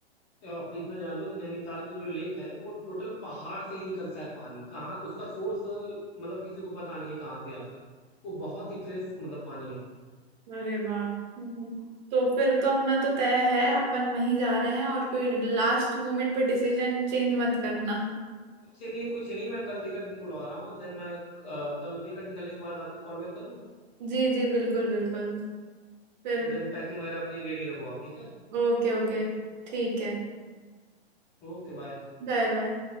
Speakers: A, on the left (about 20°); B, on the right (about 45°).
A: आप इतना जान लो कि नैनीताल की जो लेक है वो टोटल पहाड़ से ही निकलता है पानी कहाँ उसका सोर्स मतलब किसी को पता नहीं है कहाँ से आता है वो बहुत ही फ्रेश मतलब पानी है
B: अरे वाह हम्म, तो फिर तो अपना तो तय है अपन वहीं जा रहे हैं और कोई लास्ट मोमेंट पे डिसीजन चेंज मत करना
A: कुछ नहीं कुछ नहीं मैं कल टिकट निकलवा रहा हूँ देन मैं अ, कल टिकट निकलने के बाद आपको कॉल बैक करूँ
B: जी जी बिल्कुल बिल्कुल फिर
A: देन पैकिंग वगैरह अपनी रेडी रखो आप ठीक है
B: ओके ओके ठीक है
A: Okay bye
B: Bye bye